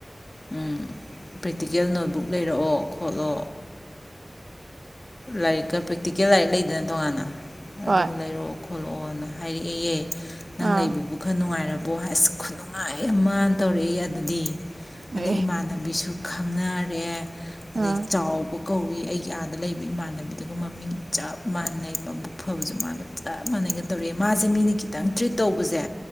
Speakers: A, on the left; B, on the right.
A: ꯎꯝ ꯄ꯭ꯔꯦꯛꯇꯤꯀꯦꯜ ꯅꯣꯠꯕꯨꯛ ꯂꯩꯔꯛꯑꯣ ꯈꯣꯠꯂꯣ ꯂꯥꯏꯔꯤꯛꯀ ꯄ꯭ꯔꯦꯛꯇꯤꯀꯦꯜ ꯂꯥꯏꯔꯤꯛ ꯂꯩꯗꯅ ꯇꯣꯉꯥꯟꯅ
B: ꯍꯣꯏ
A: ꯑꯗꯨꯒ ꯂꯩꯔꯛꯑꯣ ꯐꫭꯂꫭꯑꯥꯅ ꯍꯥꯏꯔꯛꯑꯦꯌꯦꯦ ꯅꯪ
B: ꯑꯥ
A: ꯂꯩꯕꯕꯨ ꯈꯔ ꯅꯨꯡꯉꯥꯏꯔ ꯑꯁ ꯈꯨꯅꯨꯡꯉꯥꯏ ꯑꯃ ꯇꯧꯔꯛꯏ ꯑꯗꯨꯗꯤ
B: ꯑꯦ
A: ꯑꯗꯨ ꯏꯃꯥꯟꯅꯕꯤꯁꯨ ꯈꯪꯅꯔꯦ
B: ꯑꯥ
A: ꯑꯗꯒꯤ ꯆꯥꯎꯕ ꯀꯧꯏ ꯑꯩꯒꯤ ꯑꯥꯗ ꯂꯩꯕ ꯏꯃꯥꯟꯅꯕꯤꯗꯨꯒ ꯃꯃꯤꯡ ꯆꯞ ꯃꯥꯟꯅꯩ ꯃꯕꯨꯛ ꯑꯐꯕꯁꯨ ꯃꯥꯒ ꯆꯞ ꯃꯥꯟꯅꯩꯅꯒ ꯇꯧꯔꯛꯑꯦ ꯃꯥꯁꯦ ꯃꯤꯅ ꯈꯤꯇꯪ ꯇ꯭ꯔꯤꯠ ꯇꯧꯕꯖꯦ